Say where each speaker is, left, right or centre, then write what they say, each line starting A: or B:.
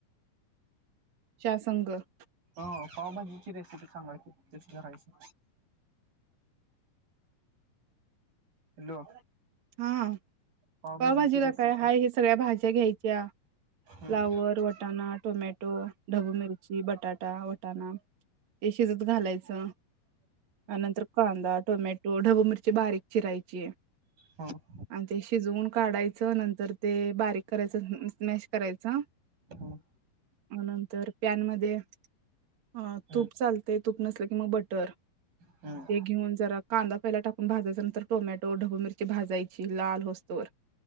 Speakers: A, on the right (about 55°); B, on the right (about 90°).
A: <unintelligible>
B: हो पावभाजीची रेसिपी सांगा की कशी करायची हॅलो
A: हां
B: पावभाजीची
A: पावभाजीला
B: रेसिपी
A: काय हाय हे सगळ्या भाज्या घ्यायच्या फ्लॉवर,
B: हं
A: वटाणा, टोमॅटो, ढबू मिरची, बटाटा, वटाणा ते शिजत घालायचा त्यानंतर कांदा, टोमॅटो, ढबू मिरची बारीक चिरायचीय
B: हं
A: आणि ते शिजवून काढायच नंतर ते बारीक करायच मॅश करायचा
B: हं
A: मग नंतर पॅन मध्ये ह
B: हं
A: तूप चालतेय तूप नसलं की मग बटर
B: हं
A: हे घेऊन जरा कांदा पहिला टाक भाजायचा नंतर टोमॅटो ढबु मिर ती भाजायची लाल होस्तरवर